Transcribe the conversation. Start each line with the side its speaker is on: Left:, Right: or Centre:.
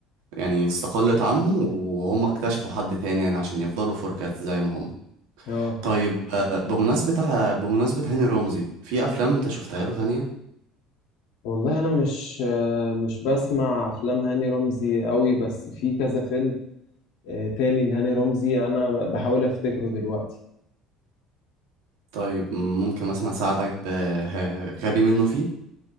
Right: يعني استقلت عنهم وهم اكتشفوا حد تاني يعني عشان يفضلوا فور كاتس زي ما هم
Left: اه
Right: طيب آه، بمناسبة ع- بمناسبة هاني رمزي في أفلام انت شفتها له تانية؟
Left: والله انا مش آه، مش بسمع افلام هاني رمزي قوي بس في كذا فيلم آه، تاني لهاني رمزي انا ب- بحاول افتكره دلوقتي
Right: طيب ممكن مثلا أساعدك بغبي منه فيه